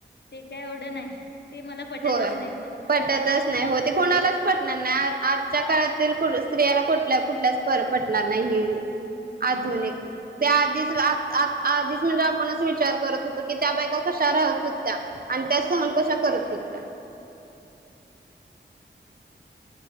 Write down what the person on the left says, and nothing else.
ते का एवढं नाही ते मला पटतच
नाहीत त्या गोष्टी
हम्म